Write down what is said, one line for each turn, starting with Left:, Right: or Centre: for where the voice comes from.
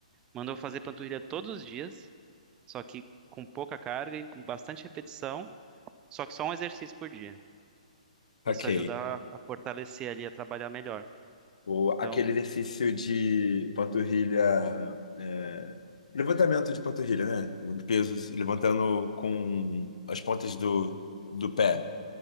Right: mandou fazer panturrilha todos os dias, só que com pouca carga e com bastante repetição, só que só um exercício por dia.
Left: Ok.
Right: Isso ajuda a, a fortalecer ali, a trabalhar melhor.
Left: Ou
Right: Então,
Left: aquele exercício de panturrilha, é, levantamento de panturrilha, né? Pesos levantando com as pontas do, do pé